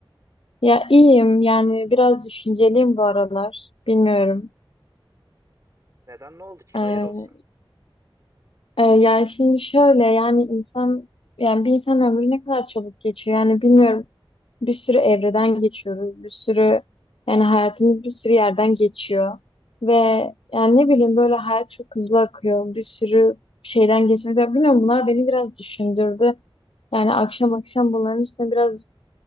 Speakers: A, on the left (about 80°); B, on the right (about 35°).
A: ya iyiyim. Yani biraz düşünceliyim bu aralar. Bilmiyorum.
B: Neden ne oldu ki?
A: Ee,
B: Hayır olsun.
A: e, yani şimdi şöyle yani insan yani bir insan ömrü ne kadar çabuk geçiyor. Yani bilmiyorum. Bir sürü evreden geçiyoruz. Bir sürü yani hayatımız bir sürü yerden geçiyor. Ve yani ne bileyim böyle hayat çok hızlı akıyor. Bir sürü şeyden geçiyoruz. Ya bilmiyorum bunlar beni biraz düşündürdü. Yani akşam akşam bunların üstüne biraz